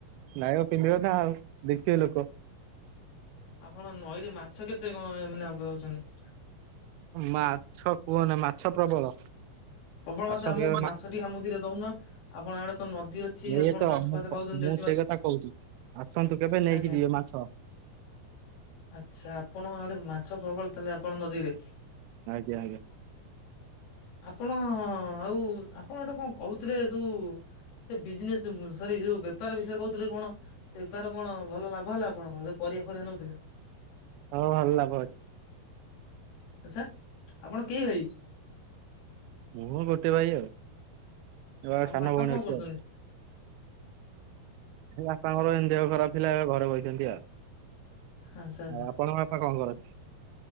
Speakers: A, on the right; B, on the left.
A: ନାଇବ ପିନ୍ଧିବ ନା ଆଉ ଦେଖିବେ ଲୋକ।
B: ଆପଣଙ୍କ ନଈରେ ମାଛ କେତେ କଣ ଏ ମାନ ଧରିଛନ୍ତି <unintelligible>
A: ମାଛ କୁହନି ମାଛ ପ୍ରବଳ।
B: ପ୍ରବଳ ମାଛ
A: ଆସନ୍ତୁ
B: ଆମକୁ
A: କେବେ
B: ମାଛ
A: ମା
B: ଟିକେ ଆମ ଦିଟା ଦଉନ ଆପଣ ଆଡେ ତ ନଦୀ ଅଛି
A: ଏଇ
B: ଆପଣ
A: ତ
B: ମାଛ
A: ମୁଁ
B: ଫାଛ
A: କ-
B: ଖାଉଛନ୍ତି ଦେ
A: ମୁଁ ସେଇ କଥା କହୁଛି ଆସନ୍ତୁ କେବେ ନେଇକି
B: ଆଜ୍ଞା।
A: ଯିବେ ମାଛ।
B: ଆଚ୍ଛା ଆପଣ ଆଡେ ମାଛ ପ୍ରବଳ ତାହାଲେ ଆପଣଙ୍କ ନଦୀରେ?
A: ଆଜ୍ଞା ଆଜ୍ଞା।
B: ଆପଣ ଆଉ ଆପଣ ଗୋଟେ କଣ କହୁଥିଲେ ଯୋଉ ସେ ବିଜନେସ୍ ସରି ଯୋଉ ବେପାର ବିଷୟରେ କହୁଥିଲେ କଣ? ବେପାର କଣ ଭଲ ଲାଭ ହେଲା ଆପଣଙ୍କର ଯୋଉ ପରିବା ଫରିବା ନଉଥିଲେ?
A: ହଁ ଭଲ ଲାଭ ଅଛି।
B: ଆଛା ଆପଣ କେଇ ଭାଇ?
A: ମୁଁ ଗୋଟେ ଭାଇ ଆଉ ଜଣେ
B: ଆମ
A: ସାନ
B: ବାପା
A: ଭଉଣୀ
B: କଣ
A: ଅଛି
B: କରୁଛନ୍ତି?
A: ଆଉ। ଏଇ ବାପାଙ୍କର ଏମିତି ଦେହ ଖରାପ ଥିଲା ଏବେ ଘରେ ବଇ ଛନ୍ତି ଆଉ
B: ଆଚ୍ଛା ଆଚ୍ଛା
A: ଆପଣଙ୍କ ବା <unintelligible> ବାପା କଣ କରନ୍ତି?